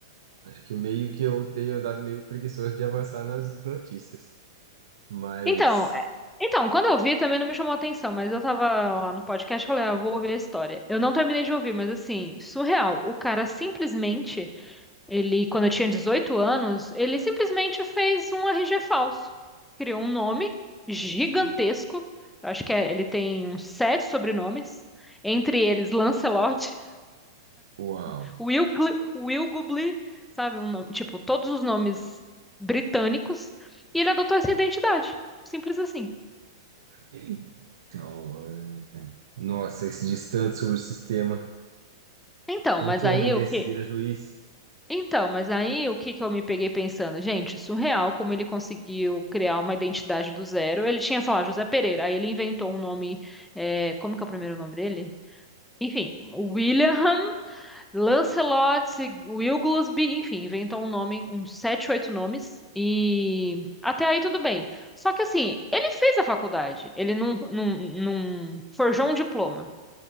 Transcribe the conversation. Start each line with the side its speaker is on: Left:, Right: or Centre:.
Right: Acho que meio que eu tenho andado meio preguiçoso de avançar nas notícias. Mas,
Centre: Então, é- então, quando eu vi também não me chamou a atenção, mas eu tava lá no podcast e falei, ah, vou ouvir a história. Eu não terminei de ouvir, mas assim, surreal. O cara simplesmente. Ele, quando eu tinha 18 anos, ele simplesmente fez um RG falso. Criou um nome gigantesco.
Right: hum,
Centre: Eu acho que é- ele tem uns sete sobrenomes, entre eles Lancelot,
Right: uau.
Centre: <laughs> Wilgli- Wilgubli, sabe? Um nome- tipo, todos os nomes britânicos. E ele adotou essa identidade. Simples assim.
Right: Então, é, é. nossa, esse distante sobre o sistema.
Centre: Então,
Right: Como
Centre: mas
Right: que
Centre: aí
Right: um homem desse
Centre: o que
Right: vira juiz?
Centre: Então, mas aí o que que eu me peguei pensando? Gente, surreal como ele conseguiu criar uma identidade do zero. Ele tinha, sei lá, José Pereira, aí ele inventou um nome. é, como que é o primeiro nome dele? Enfim, William, Lancelot, Wilglesby, enfim, inventou um nome, uns sete, oito nomes, e até aí tudo bem. Só que assim, ele fez a faculdade, ele não, não, não forjou um diploma.